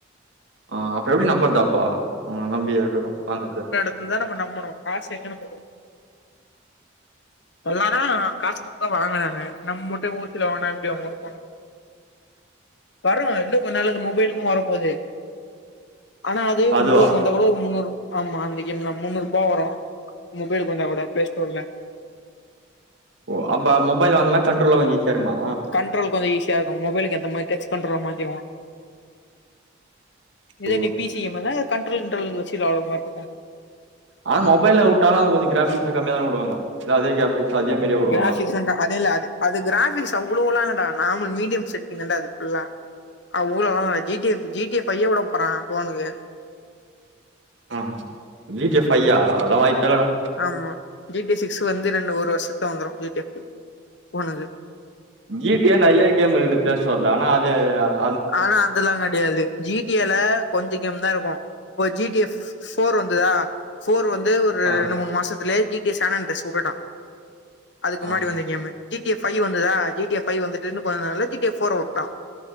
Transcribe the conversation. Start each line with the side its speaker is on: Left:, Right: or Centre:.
Right: ஆ அப்ப எப்டி நம்பர்தப்போ அவங்கள நம்பி எப்டி வாங்கற்து
Left: இதுல்தா நம்ம நம்பணு காசு எங்க நம்ம குடு எல்லாரு காஸ் குடுத் தா வாங்குறாங்க நம்ம மட்டு ஓசில வாங்குனா எப்டி அவங்குடுப்பா வரணுங்க இன்னு கொஞ்ச நாள்ல அது மொபைலுக்கு வர போது ஆனா அது
Right: அதுவா
Left: மொபைலுக் வந் தாகூட ஒரு முன்னூறு ஆமா அந்த கேம் தா முன்னூர்பா வரு மொபைலுக்கு வந்தாகூட ப்ளேஸ்டோர்ல
Right: ஓ அப்ப மொபைல்ல வாங்னுதெல்லா கண்ட்ரோல்ல வாங்கி சேருமா
Left: கண்ட்ரோல் கொஞ்சோ ஈசியா இருக்கு மொபைலுக்கேத்த மார் டெக்ஸ்ட் கன்ட்ரோல மாத்திருவோ இதே
Right: ஓ
Left: நீ பி சி கேம் வந்தா கண்ட்ரோல் கிண்ட்ரோல் வெச்சி விளாட்ற மார்ருக்கு
Right: ஆனா மொபைல்ல உட்டாலு அது கொஞ்சோ க்ராஃபிக்ஸ்லா கம்மியாதான உடுவாங்க இல்ல அதே க்ரா ஃபிக்ஸ் அதே மாரியா வுடுவாங்களா
Left: க்ராஃபிக்ஸ்ஸுங்க்கா அது இல்ல அது அது க்ராஃபிக்ஸ் அவ்ளோலா இல்லடா நார்மல் மீடியம் செட்டிங் தான்டா அது ஃபுல்லா ஆ ஊர்லல்லா G T F G T F ஃபையே உட போறா ஃபோனுக்கு
Right: ஆ ஜி டி ஃபையா அதுல்லா வாய்ப்பே இல்லடா
Left: ஆமா ஜி டி சிக்ஸ் வந்து ரெண்டு ஒரு வர்ஷத்துல வந்துரு ஜி டி எஃபு ஃபோனுது
Right: ஜி டி யே நறையா கேம் இருக்குது ப்ளேஸ்டோர்ல ஆனா அது அ
Left: ஆனா அதுல்லா கெடையாது ஜி டி ஏ ல கொஞ்ச கேம் தா இருக்கு இப்ப ஜி டி எஃப் ஃபோர் வந்துதா ஃபோர் வந்து ஒரு
Right: ஆ
Left: ரெண்டு மூணு மாசத்துலே ஜி டி சேனல் டெஸ்ட் உட்டுட்டா அதுக்கு
Right: ஆ
Left: முன்னாடி வந்த game G T F five வந்துதா ஜி டி எஃப் ஃபை வந்துட்டு இன்னு கொஞ்ச நாள்ல ஜி டி எஃப் ஃபோர் உட்டா